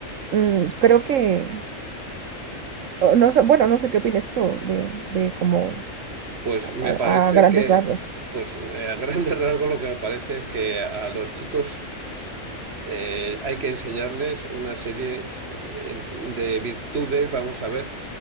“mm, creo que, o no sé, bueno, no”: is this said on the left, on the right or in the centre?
Right